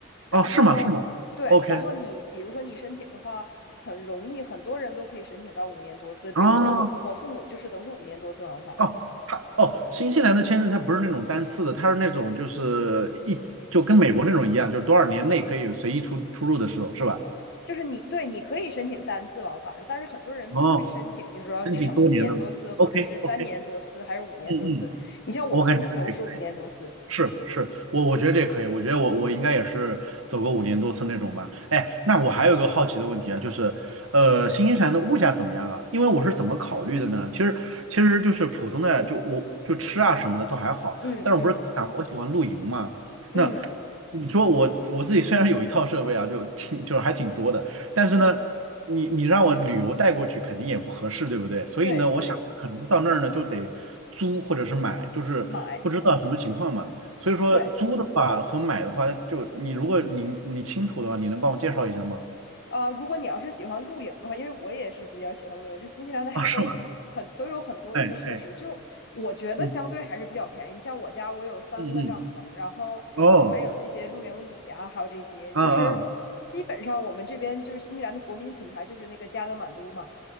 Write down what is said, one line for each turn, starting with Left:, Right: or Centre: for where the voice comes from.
Left: 然后对，
Right: 哦，是吗？是吗？OK，
Left: 然后你比如说你申请的话很容易，很多人都可以申请到五年多次，比如像我我父母就是都是五年多次往返，
Right: 啊。哦，它哦，新西兰的签证它不是那种单次的，它是那种就是一就跟美国那种一样，就是多少年内可以随意出出入的时候，是吧？
Left: 就是你对你可以申请单次往返，但是很多人都会申请，
Right: 哦，
Left: 就是说至少一年多次，
Right: 申请多年的嘛。
Left: 或者是三年多次，
Right: OK OK，
Left: 还是五年多次。
Right: 嗯嗯，
Left: 你像我父母都是五年多次，
Right: 我感觉这个也可以。是是，我我觉得这可以，我觉得我我应该也是走个五年多次那种吧。哎，那我还有一个好奇的问题啊，就是呃，新西兰的物价怎么样啊？因为我是怎么考虑的呢？其实其实就是普通的，就我就吃啊什么的都还好，
Left: 嗯嗯
Right: 但是我不是跟你讲了我喜欢露营嘛？
Left: 嗯
Right: 那你说我我自己虽然有一套设备啊，就挺就是还挺多的，但是呢，
Left: 嗯，
Right: 你你让我旅游带过去肯定也不合适，对不对？所以呢，
Left: 对对，
Right: 我想可能到那儿呢就得租或者是买，就是不知道什么情况嘛。
Left: 买。
Right: 所以说租的话和买的话，
Left: 对，
Right: 就你如果你你清楚的话，你能帮我介绍一下吗？
Left: 呃，如果你要是喜欢露营的话，因为我也是比较喜欢露营，就新西兰大家都很都有很多这个设施，
Right: 啊，是吗？哎哎，
Left: 就我觉得相对还是比较便宜。
Right: 嗯
Left: 你像我家，我有三个帐篷，
Right: 嗯嗯，
Left: 然后我还有这些露营椅啊，
Right: 哦，
Left: 还有这些，
Right: 啊啊
Left: 就是基本上我们这边就是新西兰的国民品牌就是那个加德满都嘛，